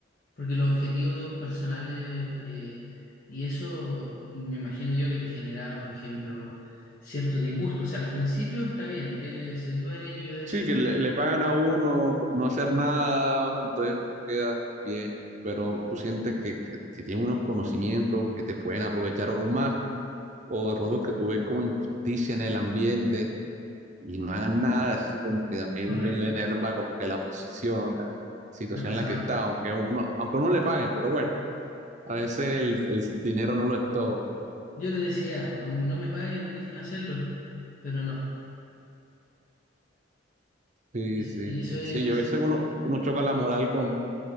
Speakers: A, on the left (about 40°); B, on the right (about 35°).
A: Porque los objetivos personales, eh, y eso me imagino yo que te generaba, por ejemplo, cierto disgusto. O sea, al principio está bien, él es el dueño, y yo decía,
B: sí, que le, le pagan a uno por no hacer nada, entonces uno queda bien, pero tú sientes que, que, que tienes unos conocimientos que te pueden aprovechar aún más, o de pronto que tú ves como injusticia en el ambiente. y no hagan nada, eso como que también
A: correcto,
B: uno le enerva como que la posición, la situación
A: me pasaba.
B: en la que está, aunque uno, aunque uno le paguen, pero bueno, a veces el, el dinero no lo es todo.
A: Yo le decía, aún no me paguen, dejen hacerlo, pero no.
B: Sí,
A: Es-
B: sí.
A: y eso es,
B: Sí, y a veces uno, uno choca la moral con,